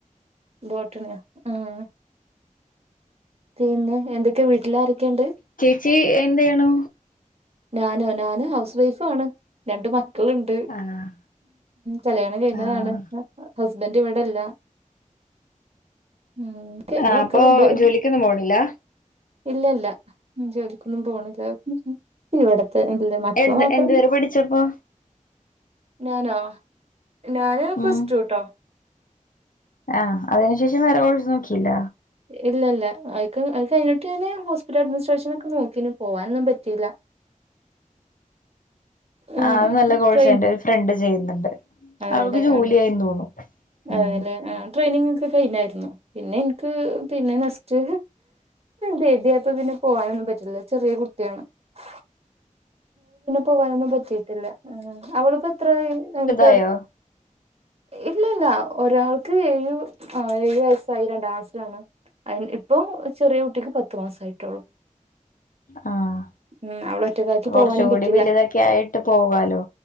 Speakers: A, on the right; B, on the left.
A: ബോട്ടണിയോ ആഹ്. പിന്നെ എന്തൊക്കെയാ, വീട്ടില് ആരൊക്കെയുണ്ട്.
B: ചി എന്തെണു-
A: ഞാനോ ഞാന് ഹൗസ് വൈഫ് ആണ് രണ്ട മക് ക്കളുണ്ട്
B: ആഹ്
A: കല്യാണം കഴിഞ്ഞതാണ്-
B: ആഹ്
A: ഹസ്ബൻറ് ഇവിടെല്ല- മ് എത്രമക്കളുണ്ട്-
B: ആഹ് അപ്പൊ ജോലിക്കൊന്നും പോണില്ല
A: ഇല്ലല്ല ജോലിക്കൊന്നും പോണില്ല ഇവിടെ- തന്നെ <unintelligible> മക്കള്
B: എന്ത്
A: മാത്രേള്ളു-
B: എന്തുവരെ പഠിച്ചപ്പോ
A: ഞാനോ ഞാന് പ്ലസ്റ്റു
B: ഉം
A: ട്ടോ-
B: ആഹ് അതിനു ശേഷം വേറെ കോഴ്സ് നോക്കിയില്ല.
A: ഇല്ലല്ല അ അത് കഴിഞ്ഞിട്ട് ഞാന് ഹോസ്പിറ്റൽ അഡ്മിനിസ്ട്രേഷനൊക്കെ നോക്കിന് പോവാനൊന്നും പറ്റീല്ല- ഉം
B: ആഹ് അത് നല്ല കോഴ്സാ
A: ട്രെയിൻ
B: എന്റെ ഒരു ഫ്രണ്ട് ചെയ്യുന്നുണ്ട്.
A: അതെല്ലേ
B: അവൾക്ക് ജോലിയായിന്ന്
A: ആണ്
B: തോന്നുന്നു ഉം
A: അതെല്ലേ ആഹ് ട്രെയിനിങ് ഒക്കെ. കഴിഞ്ഞായിരുന്നു, പിന്നെ എനിക്ക് പിന്നെ നെക്സ്റ്റ് ബേബി ആയപ്പോ പിന്നെ പോകാനൊന്നും പറ്റി പറ്റില്ല ചെറിയ കുട്ടിയാണ്. <unintelligible> പോകാനൊന്നും പറ്റിട്ടില്ല, ഉം അവളിപ്പോ എത്രയായി ര
B: ആയോ?
A: ഇല്ലല്ല, ഒരാൾക്ക് ഏഴും ആഹ് ഏഴു വയസ്സായി രണ്ടാം ക്ലാസ്സിലാണ്. അയിന് ഇപ്പൊ ചെറിയ കുട്ടിക്ക് പത്തു മാസമായിട്ടുള്ളൂ.
B: ആഹ്
A: ഉം അവളെ ഒറ്റയ്ക്കാക്കി
B: കൊറച്ചുകൂടി
A: പോവാനും പറ്റില്ല.
B: വലുതൊക്കെ ആയിട്ട് പോകാലോ